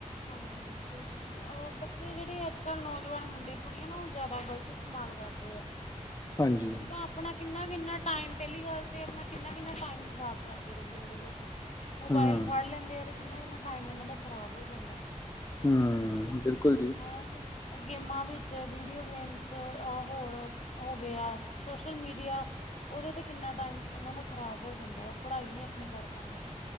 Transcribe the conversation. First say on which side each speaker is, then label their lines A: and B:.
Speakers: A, on the left (about 55°); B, on the left (about 25°).
A: ਹਾਂਜੀ ਬਿਲਕੁਲ ਜੀ। ਅ ਬੱਚੇ ਜਿਹੜੇ ਅੱਜ ਕੱਲ੍ਹ ਨੌਜਵਾਨ ਮੁੰਡੇ ਕੁੜੀਆ ਨਾ ਉਹ ਜ਼ਿਆਦਾ ਗਲਤ ਇਸਤੇਮਾਲ ਕਰਦੇ ਆ।
B: ਹਾਂਜੀ
A: ਜਿੱਦਾਂ ਆਪਣਾ ਕਿੰਨਾ- ਕਿੰਨਾ ਟਾਈਮ ਪਹਿਲੀ ਗੱਲ ਤੇ ਆਪਣਾ ਕਿੰਨਾ- ਕਿੰਨਾ ਟਾਈਮ ਖਰਾਬ ਕਰਦੇ ਰਹਿੰਦੇ ਉਹਦੇ ਵਿੱਚ। ਮੋਬਾਇਲ
B: ਹਾਂ
A: ਫੜ ਲੈਂਦੇ ਆ ਅਤੇ ਕਿੰਨਾ- ਕਿੰਨਾ ਟਾਈਮ ਉਹਨਾਂ ਦਾ ਖ਼ਰਾਬ ਹੋ ਜਾਂਦਾ।
B: ਹਮ ਬਿਲਕੁਲ ਜੀ।
A: ਹੈਂਜੀ, ਉਹ ਗੇਮਾਂ ਵਿੱਚ, ਵੀਡੀਓ ਗੇਮਸ ਆ ਹੋਰ ਹੋ ਗਿਆ। ਸੋਸ਼ਲ ਮੀਡੀਆ ਉਹਦੇ ਤੇ ਕਿੰਨਾ ਟਾਈਮ ਉਹਨਾਂ ਦਾ ਖ਼ਰਾਬ ਹੋ ਜਾਂਦਾ, ਉਹ ਪੜ੍ਹਾਈ ਨਹੀਂ ਆਪਣੀ ਕਰ ਪਾਉਂਦੇ।